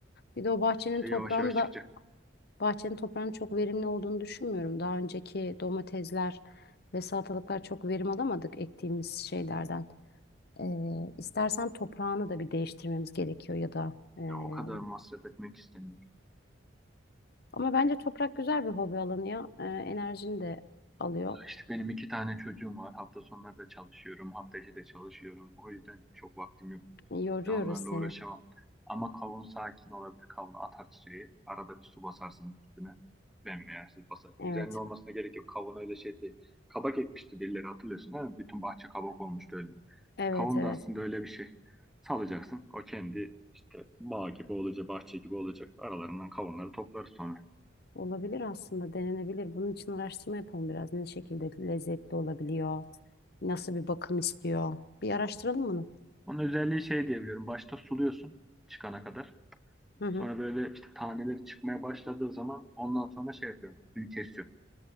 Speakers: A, on the left; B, in the centre.
A: Bir de o bahçenin
B: İşte
A: toprağını
B: yavaş yavaş
A: da
B: çıkacak.
A: bahçenin toprağının çok verimli olduğunu düşünmüyorum. Daha önceki domatesler ve salatalıklar çok verim alamadık ektiğimiz şeylerden. Ee, istersen toprağını da bir değiştirmemiz gerekiyor ya da ee,
B: Ya o kadar masraf etmek istemiyorum.
A: ama bence toprak güzel bir hobi alanı ya. Ee, enerjini de alıyor.
B: Ya işte benim iki tane çocuğum var. Hafta sonları da çalışıyorum. Hafta içi de çalışıyorum. O yüzden çok vaktim yok.
A: Ee, yoruyoruz
B: Ya onlarla
A: seni.
B: uğraşamam. Ama kavun sakin olabilir. Kavunu atar suya. Arada bir su basarsın üstüne. Bembeyazsız basar.
A: Evet.
B: Düzenli olmasına gerek yok. Kavun öyle şey değil. Kabak ekmişti birileri hatırlıyorsun değil mi? Bütün bahçe kabak olmuştu öyle.
A: Evet
B: Kavun
A: evet.
B: da aslında öyle bir şey. Salacaksın. O kendi işte bağ gibi olacak, bahçe gibi olacak. Aralarından kavunları toplarız sonra.
A: Olabilir aslında denenebilir. Bunun için araştırma yapalım biraz. Ne şekilde lezzetli olabiliyor? Nasıl bir bakım istiyor? Bir araştıralım bunu.
B: Onun özelliği şey diyebiliyorum. Başta suluyorsun çıkana kadar.
A: Hı hı.
B: Sonra böyle işte taneleri çıkmaya başladığı zaman ondan sonra şey yapıyorum. Suyu kesiyorum.